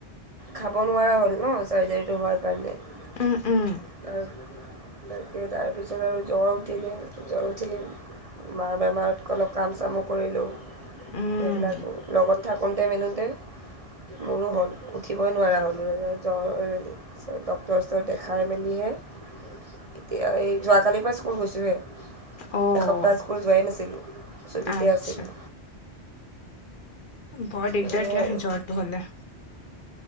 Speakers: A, on the right; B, on the left.
A: খাব নোৱাৰা হ'ল ন চাৰ্জাৰীটো হোৱাৰ কাৰণে <unintelligible>
B: উম উম
A: তাকে তাৰপিছত আৰু জ্বৰ উঠিলে জ্বৰ উঠি মাৰ বেমাৰত অলপ কাম চামো কৰিলোঁ
B: উম
A: সেইবিলাকো লগত। থাকোঁতে মেলোঁতে মোৰো হ'ল উঠিবই নোৱাৰা হ'লোঁ ৰজ জ্বৰ হৈ মেলি। তাৰছত ডক্তৰ ওচৰত দেখাই মেলিহে এতিয়া এই যোৱাকালিৰ পৰা স্কুল গৈছোঁহে।
B: অঁ!
A: এসপ্তাহ স্কুল যোৱাই নাছিলোঁ চুটিতে
B: আচ্ছা
A: আছিলোঁ।
B: বৰ দিগদাৰ
A: সেয়াই
B: দিয়া
A: আৰু
B: জ্বৰটো হ'লে।